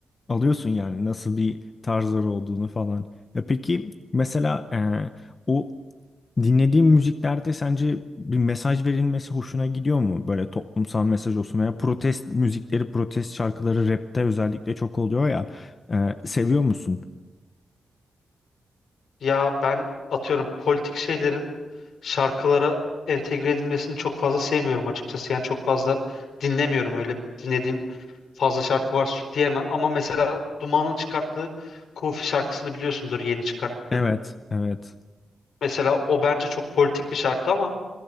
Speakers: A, on the left; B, on the left.
A: alıyorsun yani nasıl bir tarzları olduğunu falan. Ya peki mesela e, o dinlediğin müziklerde sence bir mesaj verilmesi hoşuna gidiyor mu? Böyle toplumsal mesaj olsun veya protest müzikleri, protest şarkıları rapte özellikle çok oluyor ya. E, seviyor musun?
B: ya ben atıyorum politik şeylerin şarkılara entegre edilmesini çok fazla sevmiyorum açıkçası. Yani çok fazla dinlemiyorum öyle dinlediğim fazla şarkı var şu diyemem ama mesela Duman'ın çıkarttığı Kufi şarkısını biliyorsundur yeni çıkarttı.
A: Evet, evet.
B: Mesela o bence çok politik bir şarkı ama